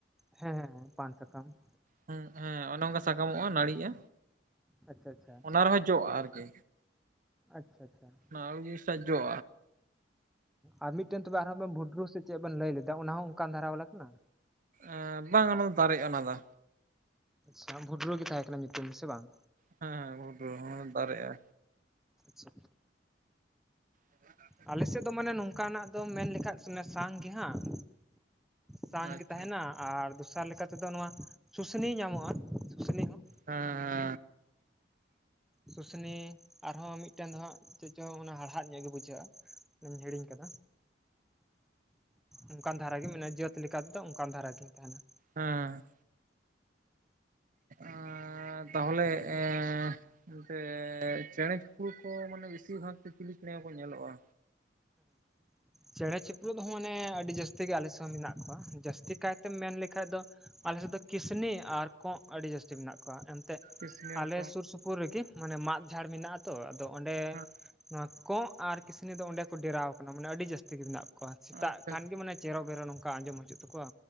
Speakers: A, in the centre; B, on the right (about 45°).
A: ᱦᱮᱸ, ᱦᱮᱸ, ᱯᱟᱱ ᱥᱟᱠᱟᱢ ᱾
B: ᱦᱮᱸ, ᱦᱮᱸ ᱚᱱᱮ ᱚᱱᱠᱟ ᱥᱟᱠᱟᱢᱚᱜᱼᱟ, ᱱᱟᱹᱲᱤᱜᱼᱟ᱾
A: ᱟᱪᱪᱷᱟ, ᱟᱪᱪᱷᱟ᱾
B: ᱚᱱᱟ ᱨᱮᱦᱚᱸ ᱡᱚᱜᱼᱟ ᱟᱨᱠᱤ᱾
A: ᱟᱪᱪᱷᱟ, ᱟᱪᱪᱷᱟ᱾
B: ᱟᱨ ᱞᱤᱧ ᱥᱟᱡᱼᱟ᱾
A: ᱟᱨ ᱢᱤᱫᱴᱮᱱ ᱛᱚᱵᱮ ᱟᱨᱦᱚᱸ, ᱵᱷᱩᱰᱨᱩ ᱥᱮ ᱪᱮᱫ ᱵᱮᱱ ᱞᱟᱹᱭ ᱞᱮᱫᱟ, ᱚᱱᱟ ᱦᱚᱸ ᱚᱱᱠᱟᱱ ᱫᱷᱟᱨᱟ ᱵᱟᱞᱟ ᱠᱟᱱᱟ?
B: ᱮᱸ ᱵᱟᱝ ᱚᱱᱟ ᱫᱚ, ᱫᱟᱨᱮᱜᱼᱟ ᱚᱱᱟ ᱫᱚ᱾
A: ᱥᱟᱢ, ᱵᱷᱩᱰᱨᱩ ᱜᱮ ᱛᱟᱦᱮᱸ ᱠᱟᱱᱟ ᱧᱩᱛᱩᱢ, ᱥᱮ ᱵᱟᱝ?
B: ᱦᱮᱸ, ᱦᱮᱸ, ᱵᱷᱩᱰᱨᱩ ᱦᱚ ᱫᱟᱨᱮᱜ-ᱟ᱾
A: ᱟᱪᱪᱷᱟ,
B: ᱚ <unintelligible>
A: ᱟᱞᱮ ᱥᱮᱫ ᱫᱚ ᱢᱟᱱᱮ ᱱᱚᱝᱠᱟᱱᱟᱜ ᱫᱚ, ᱢᱮᱱ ᱞᱮᱠᱷᱟᱱ ᱥᱟᱝ ᱜᱮ ᱦᱟᱸᱜ᱾ ᱥᱟᱝ
B: ᱟᱪᱪᱷᱟ
A: ᱜᱮ ᱛᱟᱦᱮᱸᱱᱟ, ᱟᱨ ᱫᱚᱥᱟᱨ ᱞᱮᱠᱟ ᱛᱮᱫᱚ, ᱱᱚᱶᱟ ᱥᱩᱥᱱᱤ ᱧᱟᱢᱚᱜᱼᱟ᱾ ᱥᱩᱥᱱᱤ ᱦᱚᱸ
B: ᱦᱮᱸ,
A: ᱥᱩᱥᱱᱤ, ᱟᱨᱦᱚᱸ ᱢᱤᱫᱴᱮᱱ ᱫᱚ ᱦᱟᱸᱜ, ᱪᱮᱫ ᱪᱚᱝ ᱚᱱᱟ, ᱦᱟᱲᱦᱟᱫ ᱧᱚᱜ ᱜᱮ ᱵᱩᱡᱷᱟᱹᱜᱼᱟ᱾ ᱤᱧ ᱦᱤᱲᱤᱧ ᱠᱟᱫᱟ᱾ ᱚᱱᱠᱟᱱ ᱫᱷᱟᱨᱟ ᱜᱮ ᱢᱮᱱᱟᱜᱼᱟ, ᱡᱟᱹᱛ ᱞᱮᱠᱟ ᱛᱮᱫᱚ, ᱚᱱᱠᱟᱱ ᱫᱷᱟᱨᱟ ᱜᱮ ᱛᱟᱦᱮᱸᱱᱟ᱾
B: ᱦᱮᱸ, ᱟᱨ ᱛᱟᱦᱚᱞᱮ ᱮᱸ ᱮᱚᱱᱛᱮ ᱪᱮᱬᱮ ᱪᱤᱯᱲᱩ ᱠᱚ, ᱢᱟᱱᱮ ᱵᱤᱥᱤᱨ ᱵᱷᱜ ᱫᱚ, ᱪᱤᱞᱤ ᱪᱮᱬᱮ ᱠᱚᱠᱚ ᱧᱮᱞᱚᱜᱼᱟ?
A: ᱦᱮᱸᱪᱮᱬᱮ ᱪᱤᱯᱨᱩᱫ ᱫᱚ, ᱢᱟᱱᱮ ᱟᱹᱰᱤ ᱡᱟᱹᱥᱛᱤ ᱜᱮ, ᱟᱞᱮ ᱥᱮ ᱦᱚᱸ ᱢᱮᱱᱟᱜ ᱠᱚᱣᱟ ᱡᱟᱹᱥᱛᱤ ᱠᱟᱭᱛᱮᱢ ᱢᱮᱱ ᱞᱮᱠᱷᱟᱱᱡ ᱫᱚ, ᱟᱞᱮ ᱥᱮᱫ ᱫᱚ ᱠᱤᱥᱱᱤ ᱟᱨ ᱠᱚᱜ ᱟᱹᱰᱤ ᱡᱟᱹᱥᱛᱤ ᱢᱮᱱᱟᱜ ᱠᱚᱣᱟ ᱮᱱᱛᱮᱜ᱾
B: ᱠᱤᱥᱱᱤᱨ
A: ᱟᱞᱮ
B: ᱠᱚ
A: ᱥᱩᱨ ᱥᱩᱯᱩᱨ ᱨᱮᱜᱤ, ᱢᱟᱱᱮ ᱢᱟᱜ ᱡᱷᱟᱲ ᱢᱮᱱᱟᱜ ᱟᱛᱚ ᱟᱫᱚ ᱚᱸᱰᱮ
B: ᱦᱮᱸ
A: ᱱᱚᱶᱟ ᱠᱚᱜ ᱟᱨ ᱠᱤᱥᱱᱤ ᱫᱚ ᱚᱸᱰᱮ ᱠᱚ ᱰᱮᱨᱟᱣ ᱠᱟᱱᱟ, ᱢᱟᱱᱮ ᱟᱹᱰᱤ ᱡᱟᱹᱥᱛᱤ ᱜᱮ ᱢᱮᱱᱟᱜ ᱠᱚᱣᱟ, ᱥᱮᱛᱟᱜ
B: ᱟᱪᱪᱷᱟ
A: ᱠᱷᱟᱱ ᱜᱮ ᱢᱟᱱᱮ ᱪᱮᱨᱚ ᱵᱮᱨᱚ ᱱᱚᱝᱠᱟ ᱟᱸᱡᱚᱢ ᱦᱤᱡᱩᱜ ᱛᱟᱠᱚᱣᱟ,